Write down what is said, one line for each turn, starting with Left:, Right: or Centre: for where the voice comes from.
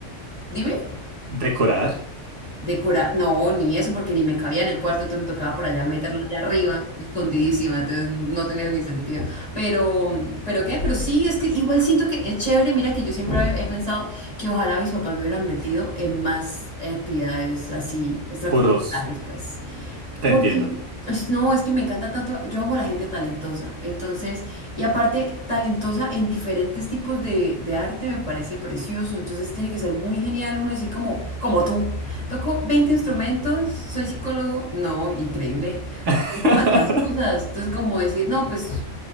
Left: dime
Right: decorar,
Left: decorar, no, ni eso, porque ni me cabía en el cuarto, entonces me tocaba por allá meterla allá arriba, escondidísima, entonces no tenía ni sentido. Pero, pero qué, pero sí, es que igual siento que es chévere, mira que yo siempre he, he pensado que ojalá mis papás me hubieran metido en más eh, actividades así extracurriculares,
Right: por dos,
Left: pues.
Right: te
Left: Porque,
Right: entiendo.
Left: es- no, es que me encanta tanto, yo amo la gente talentosa, entonces, y aparte talentosa en diferentes tipos de, de arte me parece precioso, entonces tiene que ser muy genial uno decir como, como tú, toco 20 instrumentos, soy psicólogo, no, increíble,
Right: <laughs>
Left: soy demasiadas cosas, entonces como decir, no, pues